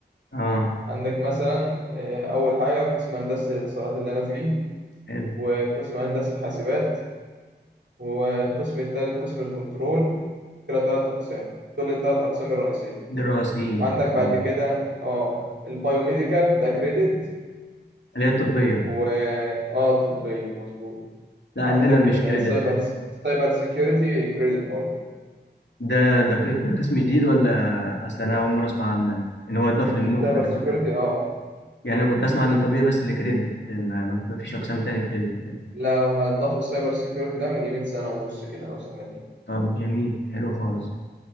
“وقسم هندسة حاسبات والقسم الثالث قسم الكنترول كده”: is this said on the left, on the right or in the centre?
Right